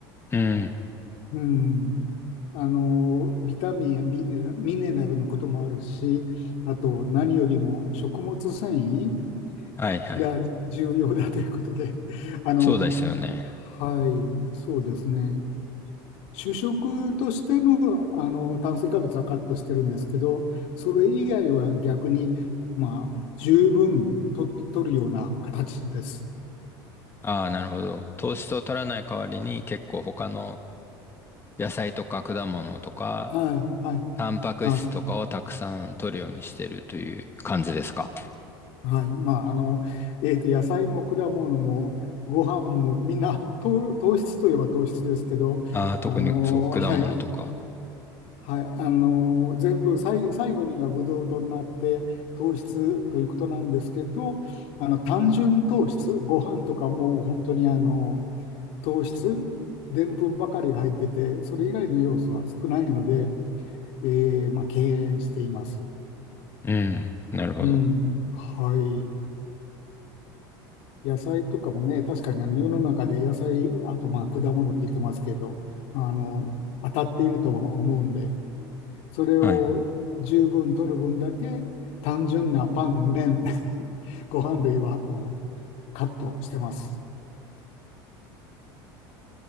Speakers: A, on the left; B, on the left.
A: うん。
B: うん。あの、ビタミンやミネラ、ミネラルのこともあるし、あと、何よりも食物繊維
A: はいはい。
B: が重要だということで、あの、
A: そうですよね。
B: はい、そうですね。主食としての、あの炭水化物はカットしてるんですけど、それ以外は逆に、まあ、十分と取るような形です。
A: ああ、なるほど。糖質を取らない代わりに結構他の野菜とか果物とか、
B: はい、はい、
A: タンパク質とかをたくさん取るようにしてるという感じですか
B: あ、そはい、まあ、あの、えーと、野菜も果物もご飯もみんな糖、糖質といえば糖質ですけど、
A: ああ、特にそう、
B: あの、
A: 果物とか。
B: はい、はい、あのー全部さい最後にはブドウ糖になって糖質ということなんですけどあの単純糖質ご飯とかもう本当にあの糖質でんぷんばかりが入っててそれ以外の要素は少ないので、えーまあ、敬遠しています。
A: うん、なるほど。
B: うん、はい、野菜とかもね確かにあの世の中で野菜あとまあ果物って言ってますけどあの当たっているとは思うんで。それを十分取る分だけ、
A: はい。
B: 単純なパン、麺、<laughs> ご飯類はもうカットしてます。